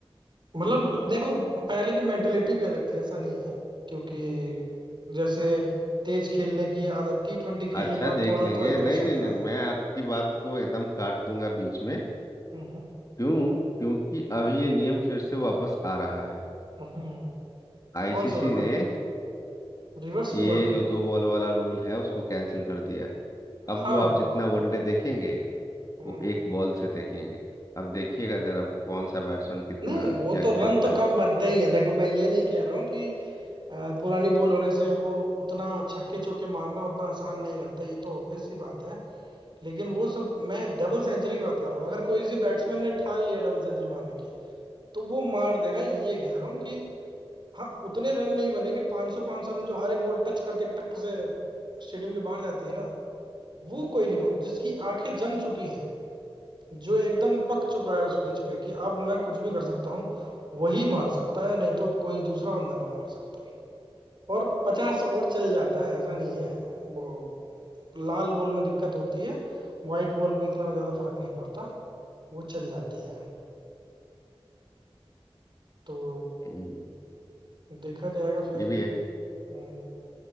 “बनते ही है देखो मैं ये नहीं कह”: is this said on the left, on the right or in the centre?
Right